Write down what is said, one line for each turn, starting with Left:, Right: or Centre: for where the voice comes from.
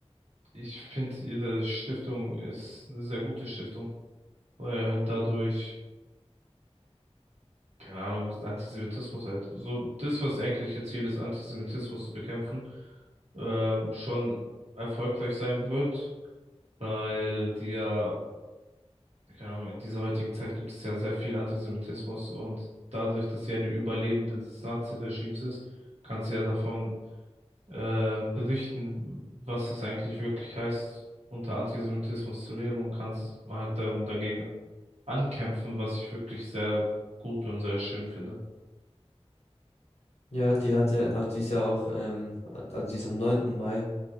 Right: ich finde, ihre Stiftung ist eine sehr gute Stiftung, weil halt dadurch. keine Ahnung, ist Antisemitismus halt. So, das, was eigentlich ihr Ziel ist, Antisemitismus zu bekämpfen, ähm, schon erfolgreich sein wird, weil die ja, keine Ahnung, in dieser heutigen Zeit gibt es ja sehr viel Antisemitismus und dadurch, dass sie eine Überlebende des Nazi-Regimes ist, kann sie ja davon ähm, berichten, was es eigentlich wirklich heißt, unter Antisemitismus zu leben und kann s- halt dann dagegen ankämpfen, was ich wirklich sehr gut und sehr schön finde.
Left: Ja, die hat ja, also die ist ja auch, ähm, also die ist am 9. Mai